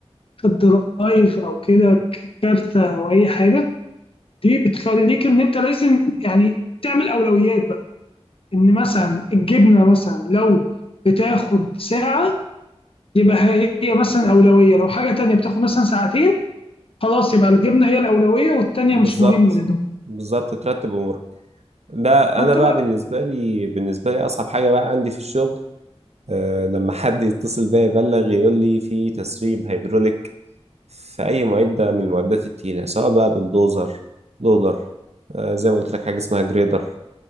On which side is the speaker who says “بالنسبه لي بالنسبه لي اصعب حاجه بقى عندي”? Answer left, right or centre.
Right